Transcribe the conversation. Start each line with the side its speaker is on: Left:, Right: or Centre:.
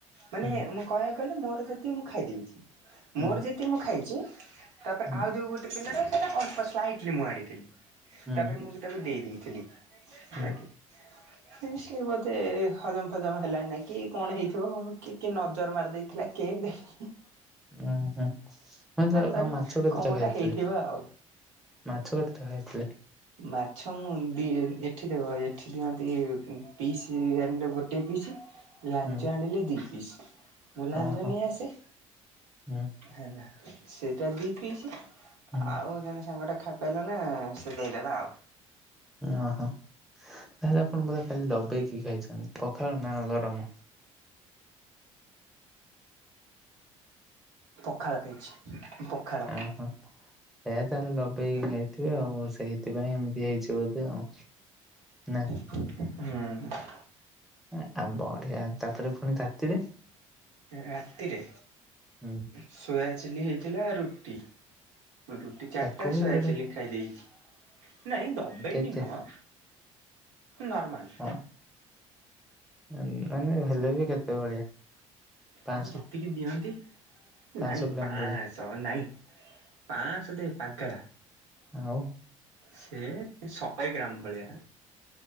Right: ମାନେ
Centre: ହୁଁ
Right: ମୁଁ କହିବାକୁ ଗଲେ ମୋର ଯେତିକି ମୁଁ ଖାଇ ଦେଇଚି କରିବା
Centre: ହୁଁ
Right: ମୋର ଯେତିକି ମୁଁ ଖାଇଚି। ତାପରେ
Centre: ହୁଁ
Right: ଆଉ ଯୋଉ ଗୋଟେ ପିଲର ସେଟା ଅଳ୍ପ ସ୍ଲାଇଟଲି ମୁଁ ଆଣିଥିଲି।
Centre: ହୁଁ
Right: ତାପରେ ମୁଁ ତାକୁ ଦେଇ ଦେଇଥିଲି
Centre: ହୁଁ
Right: ଲାଗି। ହୁଁ ସିଏ ବୋଧେ ହଜମ ଫଜମ ହେଲାଣି ନାଇଁ କି କଣ ହେଇଥିବ। କି କି ନଜର ମାରି ଦେଇେଇଥିଲା କିଏ ହ
Centre: ଉଁ ହୁଁ। ହଁ ଯାଆଉ
Right: ଫାଣି
Centre: ଆଉ ମାଛ ଭାତଟା
Right: କଣ ଗୋଟା
Centre: ଖାଇଥିଲେ
Right: ହେଇଥିବ ଆଉ।
Centre: ମାଛ ଭତଟା ଖାଇଥିଲେ।
Right: ମାଛ ମୁଁ ଦିଏ ଏଠି ଦେବ ଏଠି ଦିଅନ୍ତି ପିସି ଆଣିଲେ ଗୋ ଟେ ପିସି ଲାଞ୍ଜ
Centre: ହୁଁ
Right: ଆଣିଲେ ଦି ପିସ୍ ମୁଁ ଲାଞ୍ଜ
Centre: ଓହୋ
Right: ନେଇ ଆସେ
Centre: ହୁଁ
Right: ହେଲା। ସେଇଟା ଦୁଇ ପିସ୍
Centre: ହୁଁ
Right: ଆଉ ଜଣେ ସାଙ୍ଗଟା ଖାଇପାଇଲାନି ସେ ଦେଇଦେଲା ଆଉ।
Centre: ଓହୋ ତାହେଲେ ଆପଣ ପୁରା କାଲି ଦବେେଇକି ଖାଇଛନ୍ତି ପଖାଳ ନା ଗରମ।
Right: ପଖାଳ ଖାଇଛି ପଖାଳ।
Centre: ଓ ହଁ। ସେ ତାହେଲେ ଲଗେଇକି ଖାଇଥିବେ ଆଉ ସେଇଥିପାଇଁ ଏମିତି ହେଇଛି ବୋଧେ ଆଉ ନା।
Right: ହୁଁ।
Centre: ଆଉ ତାନେ ବଢିଆ ତାପରେ ଫୁଣି ଚାକିରି।
Right: ରାତିରେ
Centre: ହୁଁ
Right: ସୋୟା ଚିଲ୍ଲି ହେଇଥିଲା ରୁଟି। ରୁଟି ଚାରିଟା
Centre: ତାକୁ ବି
Right: ସୋୟା
Centre: ବୋଧେ
Right: ଚିଲି ଖାଇ ଦେଇଛି ନାଇଁ ଦବେଇକି
Centre: କେତେ
Right: ନୁହଁ। ନର୍ମାଲ।
Centre: ହଁ। ମାନ ନହେଲେ ମାନେ ହେଲେ ବି କେତେ ଭଳିଆ। ପାଞ୍ଚଶହ
Right: ହୁଁ ଯେତିକି ଦିଅନ୍ତି
Centre: ପାଞ୍ଚଶହ
Right: ନାଇଁ
Centre: ଗ୍ରାମ
Right: ପା
Centre: ଭଳିଆ
Right: ଚାବଲ ନାଇଁ ପାଶ ଦେ ପାଗେଳା।
Centre: ଆଉ
Right: ସେ ଶହେ ଗ୍ରାମ ଭଳିଆ।